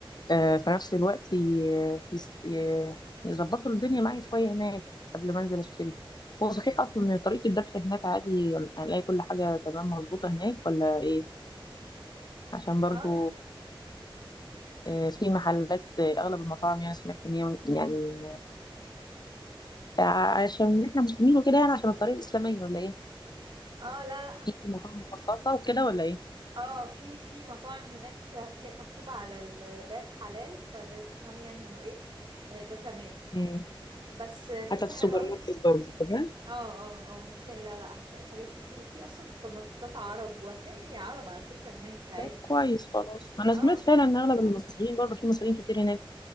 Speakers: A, on the left (about 50°); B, on the right (about 55°).
A: آه، في نفس الوقت ي- يس- ي- يظبطوا الدنيا معايا شوية هناك قبل ما انزل اشتري هو صحيح اصلا ان طريقة الذبح هناك عادي هنلاقي كل حاجة تمام مظبوطة هناك ولا ايه عشان برضو
B: اه لا
A: آه، في محلات آه، اغلب المطاعم يعني سمعت ان هي يعني آه، عشان احنا مسلمين وكده يعني عشان الطريقه الاسلاميه ولا ايه
B: اه لا لا
A: في مطاعم مخصصه وكده ولا ايه
B: اه في في مطاعم هناك هتلاقي مكتوب على الباب حلال فده تفهمي يعني انه ايه آه، ده تمام
A: مم.
B: بس آه، فكرة
A: حتى في
B: حلوة
A: السوبر
B: قوي
A: ماركت برضه تمام
B: اه اه اه هتلاقي لا لا هتلاقي حاجات كتير وفي اصلا سوبر ماركتات عرب وهتلاقي عرب على فكرة هناك عادي
A: طب كويس خلاص انا
B: اه
A: سمعت فعلا ان اغلب المصريين برضه في مصريين كتير هناك